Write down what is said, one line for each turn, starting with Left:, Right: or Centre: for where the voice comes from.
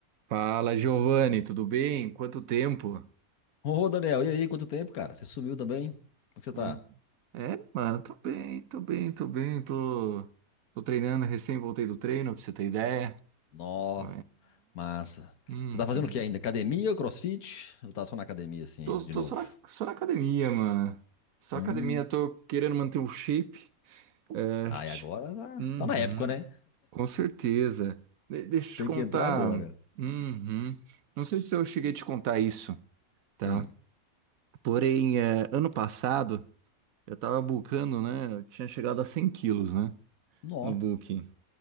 Right: Fala, Giovanni, tudo bem? Quanto tempo?
Left: Ô, Daniel, e aí? Quanto tempo, cara? Você sumiu também? Como é que você
Right: Hum.
Left: tá?
Right: É, mano, tô bem, tô bem, tô bem, tô, tô treinando, recém voltei do treino, pra você ter ideia.
Left: Nó,
Right: É,
Left: massa.
Right: uhum.
Left: Você tá fazendo o que ainda? Academia, CrossFit? Eu tava só na academia, assim,
Right: Tô,
Left: de
Right: tô
Left: novo.
Right: só na, só na academia, mano. Só
Left: Hum.
Right: academia, tô querendo manter o shape. É,
Left: Ah,
Right: tch-
Left: e agora tá,
Right: uhum,
Left: tá na época, né?
Right: com certeza. De- deixa eu te
Left: Tem
Right: contar.
Left: que entrar agora.
Right: Uhum. Não sei se eu cheguei a te contar isso, tá?
Left: Sim.
Right: Porém, é, ano passado. Eu tava bulkando, né? Eu tinha chegado a 100 quilos, né?
Left: Nó.
Right: No bulking.